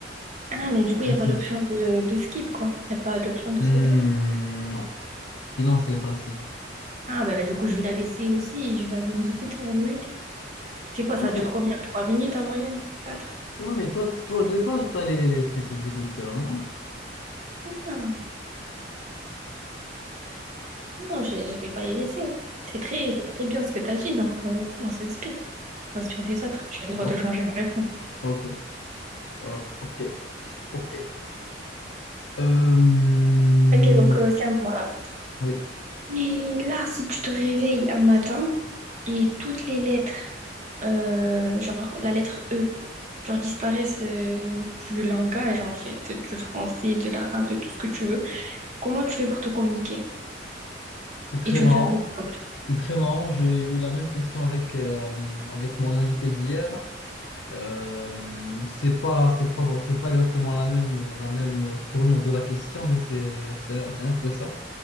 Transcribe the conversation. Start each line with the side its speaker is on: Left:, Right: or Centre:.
Right: Ah,
Left: <laughs>
Right: mais du coup, il
Left: ainsi
Right: n'y a pas l'option
Left: de suite.
Right: de, de skip, quoi. Il n'y a pas l'option de
Left: Hmm,
Right: sauter.
Left: non, sinon c'est facile.
Right: Ah, ben, du coup, je vais la laisser aussi et je vais aller mes écouteurs, logique. C'est quoi, ça
Left: Non,
Right: dure
Left: mais,
Right: combien? Trois minutes en moyenne? Quatre?
Left: non, mais toi, toi de base, t'as les, les- c'est tes écouteurs, non?
Right: Ah. Non, je ne vais pas les laisser. C'est très, c'est très bien ce que tu as dit, donc euh, on s'inspire. On s'inspire des autres. J'ai le droit
Left: Ok,
Right: de changer ma réponse.
Left: ok, ok, ok. ok. Euh,
Right: Ok, donc euh, c'est à moi là.
Left: oui,
Right: Et là, si tu te réveilles un matin et toutes les lettres, euh, genre la lettre E, genre disparaissent euh, du langage en fait, du français, de l'arabe, de tout ce que tu veux, comment tu fais pour te communiquer?
Left: c'est très
Right: Et tu
Left: marrant.
Right: me fais un exemple.
Left: C'est très marrant, j'ai eu la même question avec, euh, avec mon invité d'hier. Euh, c'est pas, c'est pas, c'est pas exactement la même, la même tournure de la question, mais c'est, c'est, c'est un peu ça.